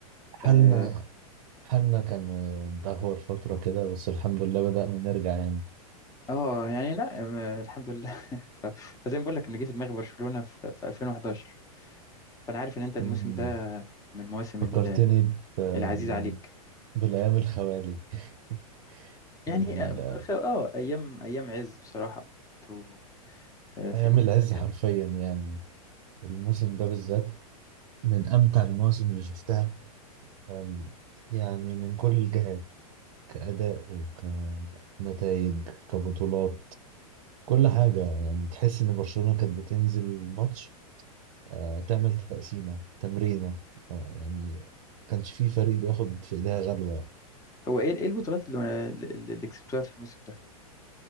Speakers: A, on the right; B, on the left.
A: حالنا
B: اه
A: حالنا كان آه، دهور فترة كده بس الحمد لله بدأنا نرجع يعني
B: آه، يعني لا آه، الحمد لله <laughs> فزي ما بقول لك ان جه في دماغي برشلونة في في 2011 فانا عارف ان انت الموسم
A: مم.
B: ده من مواسم
A: فكرتني
B: ال-
A: ب...
B: العزيز عليك
A: بالأيام الخوالي <laughs>
B: يعني
A: من
B: آه
A: ده
B: خ- آه، ايام ايام عز بصراحة تو- آه، في
A: أيام
B: الموسم
A: العز
B: ده كان
A: حرفيا يعني الموسم ده بالذات من أمتع المواسم اللي شفتها أم، يعني من كل الجهات كأداء وكنتائج كبطولات كل حاجة يعني تحس إن برشلونة كانت بتنزل ماتش آه، تعمل تقسيمة تمرينة يعني كانش في فريق بياخد في ايديها غلوة
B: هو ايه ايه البطولات اللي اللي اللي كسبتوها في الموسم ده